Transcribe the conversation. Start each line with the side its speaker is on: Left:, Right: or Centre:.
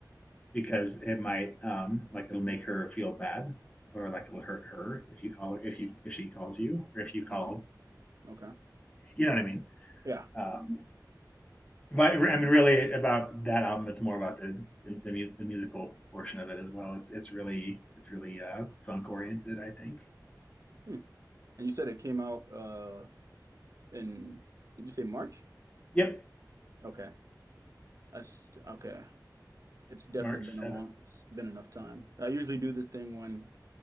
Left: because it might um, like it'll make her feel bad or like it'll hurt her if you call her if you if she calls you or if you call.
Right: Mhm. Okay.
Left: You know what I mean?
Right: Yeah.
Left: Um, but I mean, really, about that album, it's more about the the, the, mu- the musical portion of it as well. It's it's really it's really uh, funk oriented, I think.
Right: Hmm. And you said it came out uh in, did you say March?
Left: Yep,
Right: Okay. That's okay. It's definitely
Left: March
Right: been
Left: seventh.
Right: a long, it's been enough time. I usually do this thing when